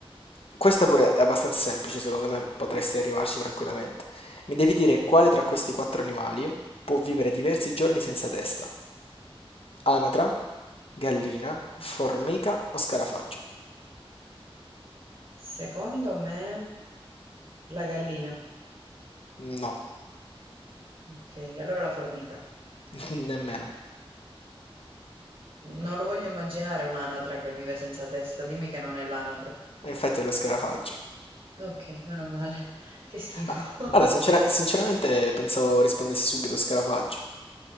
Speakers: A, on the left; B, on the right.
A: Questa pure è abbastanza semplice, secondo me potresti arrivarci tranquillamente. Mi devi dire quale tra questi quattro animali può vivere diversi giorni senza testa? Anatra, gallina,
B: Ok.
A: formica o scarafaggio?
B: Secondo me la gallina.
A: No,
B: Ok, allora la formica.
A: <laughs> nemmeno.
B: Non lo voglio immaginare un'anatra che vive senza testa, dimmi che non è l'anatra.
A: E Infatti è lo scarafaggio.
B: Ok, meno male. <laughs> Che schifo.
A: Ah,
B: <laughs>
A: guarda, sincera- sinceramente pensavo rispondessi subito scarafaggio.